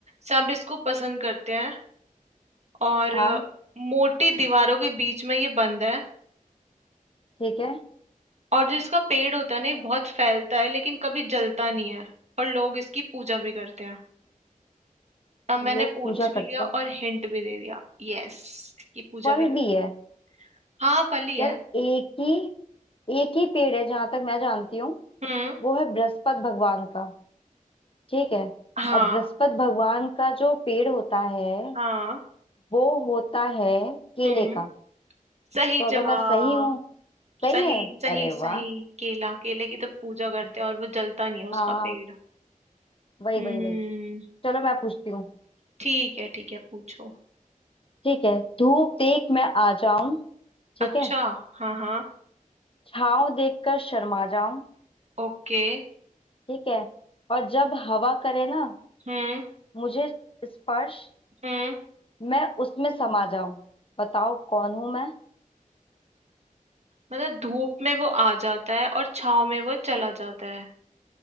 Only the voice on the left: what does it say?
हाँ
ठीक है
लोग
पूजा
करते
हैं
फल
भी है
यार एक ही एक ही पेड़ है जहां तक मैं जानती हूँ
वो है बृहस्पति भगवान का ठीक है
और बृहस्पति भगवान का जो पेड़ होता है
वो होता है केले
का
तो अगर
मैं सही हूँ सही
है
अरे
वाह
हाँ
वही
वही वही चलो मैं पूछती हूँ
ठीक है धूप देख मैं आ जाऊं ठीक
है
छाँव देखकर शर्मा जाऊं
ठीक है और जब हवा करे ना
मुझे स्पर्श
मैं उसमें समा जाऊं बताओ कौन हूं मैं